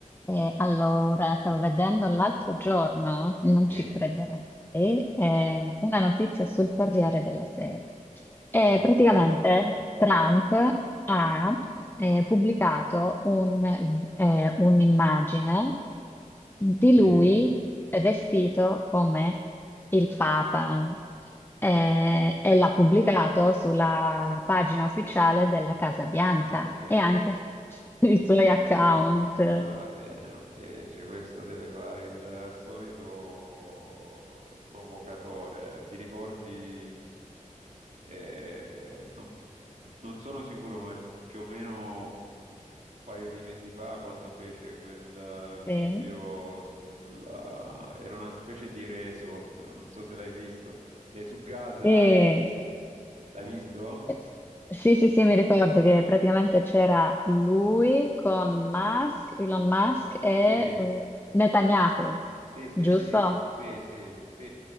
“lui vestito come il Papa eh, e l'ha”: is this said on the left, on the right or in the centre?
Left